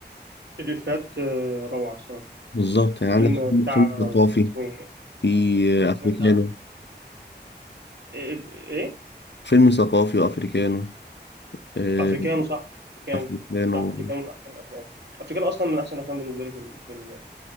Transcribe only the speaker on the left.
بالظبط يعني عندك
فيلم
فيلم ثقافي
في
أفريكانو
فيلم ثقافي وأفريكانو آه،
أفريكانو